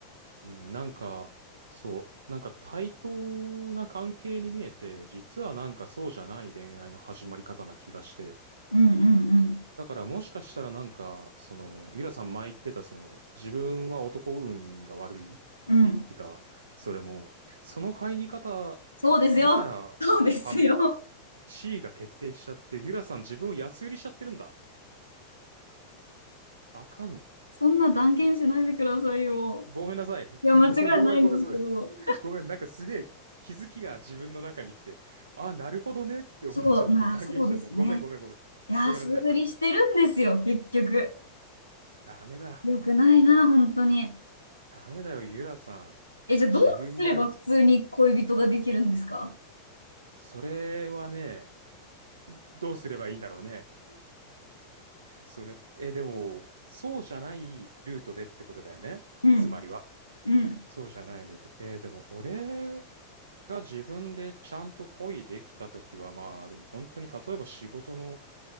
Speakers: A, on the right; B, on the left.
A: うん、なんか、そう、なんか対等な関係に見えて、実はなんかそうじゃない恋愛の始まり方な気がして。
B: うんうん
A: だからもしかしたらなんか、その、ゆらさん前言ってた、その、自分は男運が悪いって言ってた、
B: うん。うん。
A: それも、その入り方だからかも
B: そうですよ。そうですよ。
A: 地位が決定しちゃって、ゆらさん自分を安売りしちゃってるんだ。あかん。
B: そんな断言しないでくださいよ。
A: ごめんなさい。<laughs>
B: いや、間違いないんですけど。
A: ご、ごめん、ごめん、ごめん。ごめん、なんかすげえ気づきが自分の中に来て、あ、なるほどねって思っちゃって断言しちゃった。
B: そう、まあ、そうですね。
A: ごめん、ごめん、ごめん。
B: 安売りしてるんですよ、
A: ごめんなさい。
B: 結局。
A: ダメだ。
B: よくないな、本当に。
A: ダメだよ、ゆらさん。
B: え、じゃあどうすれば普通に恋人ができるんですか
A: 自分が、それはね、どうすればいいんだろうね。それ、え、でも、そうじゃないルートでってことだよね。
B: うん、
A: つまりは。
B: うん、
A: そうじゃないルート。えー、でも俺が自分でちゃんと恋できたときは、まあでも本当に例えば仕事の